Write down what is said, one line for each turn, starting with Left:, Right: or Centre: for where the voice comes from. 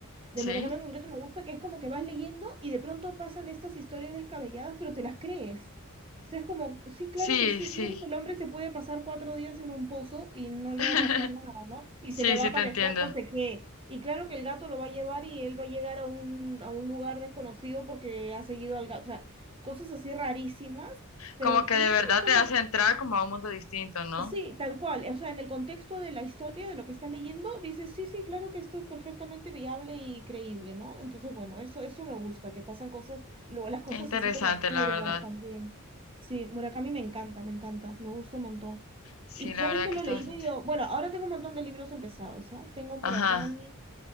Right: de
Left: Sí,
Right: Murakami en concreto me gusta que es como que vas leyendo y de pronto pasan estas historias descabelladas, pero te las crees. O sea, es como, sí, claro
Left: sí,
Right: que sí,
Left: sí.
Right: claro que el hombre se puede pasar cuatro días en un pozo y no le
Left: <laughs>
Right: va a pasar nada, ¿no? Y se
Left: Sí,
Right: le va
Left: sí,
Right: a aparecer
Left: te entiendo.
Right: no sé qué. Y claro que el gato lo va a llevar y él va a llegar a un, a un lugar desconocido porque ha seguido al gato. O sea, cosas así rarísimas, pero
Left: Como que
Right: no
Left: de
Right: sé,
Left: verdad
Right: es como,
Left: te hace entrar como a un mundo distinto, ¿no?
Right: Sí, tal cual. O sea, en el contexto de la historia, de lo que estás leyendo, dices, sí, sí, claro que esto es perfectamente viable y creíble, ¿no? Entonces, bueno, eso, eso me gusta, que pasan cosas, luego las cosas
Left: Qué interesante,
Right: así como absurdas
Left: la verdad.
Right: también. Sí, Murakami me encanta, me encanta, me gusta un montón.
Left: Sí,
Right: Y sabes
Left: la verdad
Right: que
Left: que
Right: lo
Left: está
Right: leí
Left: bastante.
Right: medio, bueno, ahora tengo un montón de libros empezados, ¿ah? Tengo Murakami,
Left: Ajá,